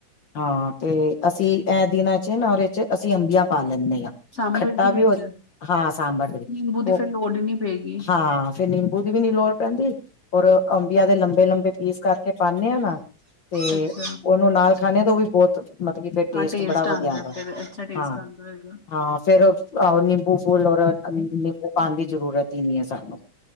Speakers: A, on the left (about 50°); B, on the left (about 35°).
A: ਹਾਂ ਤੇ ਅਸੀਂ, ਇਹ ਦਿਨਾਂ ਚ ਨਾ ਉਹਦੇ ਚ ਅਸੀਂ ਅੰਬੀਆਂ ਪਾ ਲੈਂਦੇ ਹਾਂ
B: ਸਾਂਬਰ
A: ਖੱਟਾ
B: ਦੇ ਵਿੱਚ
A: ਵੀ ਹੋ ਹਾਂ ਸਾਂਬਰ ਦੇ
B: ਨਿੰਬੂ
A: ਵਿੱਚ
B: ਦੀ
A: ਉਹ
B: ਫੇਰ ਲੋੜ ਹੀ ਨੀ ਪਏਗੀ।
A: ਹਾਂ ਫਿਰ ਨਿੰਬੂ ਦੀ ਵੀ ਨੀ ਲੋੜ ਪੈਂਦੀ, ਔਰ ਅੰਬੀਆਂ ਦੇ ਲੰਬੇ- ਲੰਬੇ ਪੀਸ ਕਰਕੇ ਪਾਣੇ ਆ ਨਾ ਤੇ,
B: ਅੱਛਾ।
A: ਉਹਨੂੰ ਨਾਲ ਖਾਣੇ ਤੋਂ ਵੀ ਬਹੁਤ ਮਤਲਬ ਕੀ ਫਿਰ, ਟੇਸਟ
B: ਹਾਂ
A: ਬੜਾ ਵਧੀਆ
B: ਆਂਦਾ
A: ਤ
B: ਫੇਰ ਅੱਛਾ ਟੇਸਟ
A: ਹਾਂ-
B: ਆਂਦਾ ਹੋਏਗਾ।
A: ਹਾਂ ਫੇਰ ਹ ਹੋ ਨਿੰਬੂ ਫੂਲ, ਔਰ ਨਿੰਬੂ ਪਾਦੀ ਜ਼ਰੂਰਤ ਹੀ ਨਹੀਂ ਹੈ ਸਾਨੂੰ